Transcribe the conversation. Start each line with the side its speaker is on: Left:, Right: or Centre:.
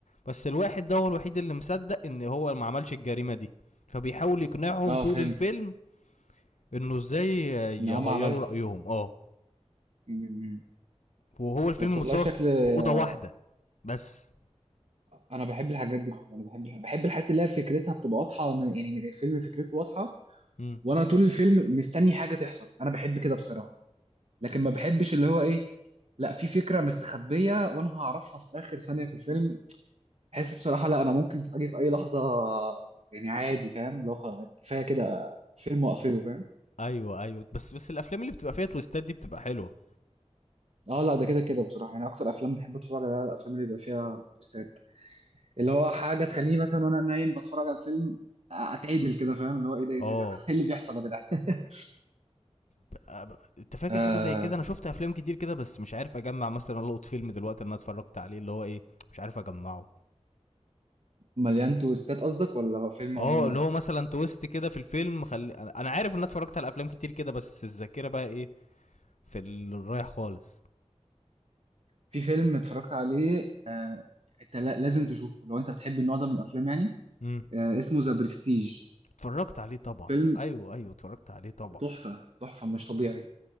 Left: بس الواحد ده هو الوحيد اللي مصدق ان هو ما عملش الجريمه دي فبيحاول يقنعهم
Right: اه
Left: طول
Right: فهمت
Left: الفيلم انه ازاي
Right: ان
Left: يغيروا
Right: هم عملت
Left: رايهم اه
Right: امم
Left: وهو الفيلم
Right: بس والله
Left: متصور
Right: شكل
Left: في
Right: آه،
Left: اوضه واحده بس
Right: انا بحب الحاجات دي انا بحب بحب الحاجات اللي هي فكرتها بتبقى واضحة أنا- يعني الفيلم فكرته واضحة
Left: امم
Right: وانا طول الفيلم مستني حاجة تحصل انا بحب كده بصراحة لكن ما بحبش اللي هو ايه لا في فكرة مستخبية وانا هعرفها في اخر ثانية في الفيلم بحس بصراحة لا أنا ممكن أجي في أي لحظة يعني عادي فاهم لو خلاص كفاية كده فيلم وأقفله فاهم
Left: ايوه ايوه بس بس الافلام اللي بتبقى فيها تويستات دي بتبقى حلوه
Right: اه لا ده كده كده بصراحة يعني أكتر أفلام بحب أتفرج عليها الأفلام اللي بيبقى فيها تويستات اللي هو حاجة تخليني مثلا وأنا نايم بتفرج على الفيلم أتعدل كده فاهم اللي هو إيه ده إيه
Left: اه
Right: ده يا جدع <laughs> إيه اللي بيحصل يا جدع <laughs>
Left: ب- ب- انت فاكر
Right: آه
Left: حاجه زي كده انا شفت افلام كتير كده بس مش عارف اجمع مثلا القط فيلم دلوقتي انا اتفرجت عليه اللي هو ايه مش عارف اجمعه
Right: مليان تويستات قصدك ولا فيلم
Left: اه
Right: عموما
Left: اللي هو مثلا تويست كده في الفيلم خلي انا أنا عارف ان انا اتفرجت على افلام كتير كده بس الذاكره بقى ايه في الرايح خالص
Right: في فيلم اتفرجت عليه آه انت لا- لازم تشوفه لو انت بتحب النوع ده من الافلام يعني
Left: امم
Right: آه اسمه ذا برستيج
Left: اتفرجت عليه طبعا
Right: فيلم
Left: ايوه ايوه اتفرجت عليه طبعا
Right: تحفه تحفه مش طبيعي